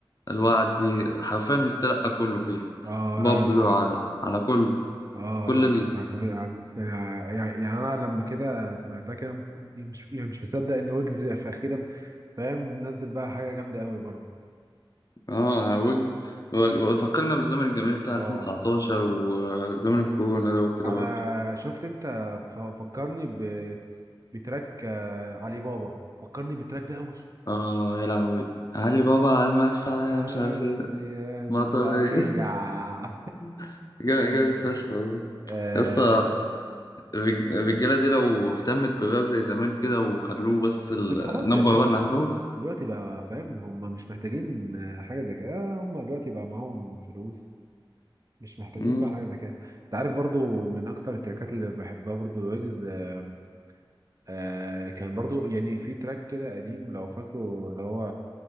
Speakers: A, on the left; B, on the right.
A: الوعد دي حرفيا مستلقى كله فيها
B: اه
A: بابلو
B: لا لا عجب.
A: على على كل
B: اه
A: كل
B: لا كانت عجباني يعني يعني يعني انا لما كده سمعتها كده مش يعني مش مصدق ان ويجز في اخيرا فاهم نزل بقى حاجه جامده قوي برضه
A: اه يعني ويجز فكرنا بالزمن الجميل بتاع
B: اه
A: 2019 وزمن الكورونا ده وكده
B: على
A: برضه
B: شفت انت ف- فكرني ب بتراك آه، علي بابا فكرني بالتراك ده قوي
A: اه يا لهوي علي بابا على المدفع
B: <laughs>
A: يا مش عارف ايه
B: ديانة
A: مطر
B: طرية
A: ايه <laughs> جا-
B: <laughs>
A: جامد فشخ والله.
B: آه
A: يا اسطى الرج- الرجاله دي لو اهتمت بالراب زي زمان كده وخلوه بس النمبر
B: بس خلاص يا باشا
A: 1 عندهم
B: بص دلوقتي بقى فاهم هم مش محتاجين آه، حاجة زي كده آه، هم دلوقتي بقى معاهم فلوس مش محتاجين
A: مم.
B: بقى حاجة زي كده انت عارف برضو من اكتر التراكات اللي بحبها برضو الويجز آه آه كان برضو يعني في تراك كده قديم لو فاكره اللي هو